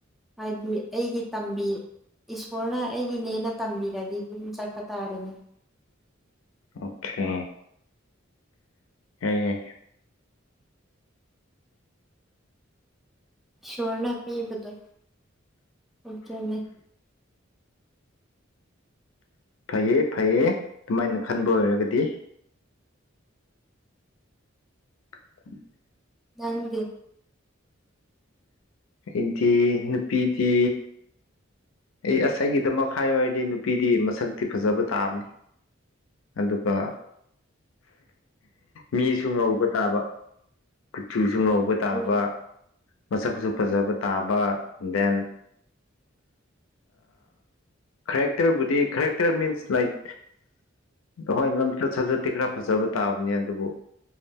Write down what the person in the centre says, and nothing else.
ꯍꯥꯏꯗꯤ ꯑꯩꯒꯤ ꯇꯝꯕꯤ ꯏꯁꯣꯔꯅ ꯑꯩꯒꯤꯅꯦꯅ ꯇꯝꯕꯤꯔꯗꯤ ꯑꯗꯨꯝ ꯆꯠꯄ ꯇꯥꯔꯦꯅꯦ
ꯁꯣꯔꯅꯥ ꯄꯤꯕꯗ ꯑꯣꯖꯅꯦ
ꯅꯪꯗꯤ
ꯎꯝ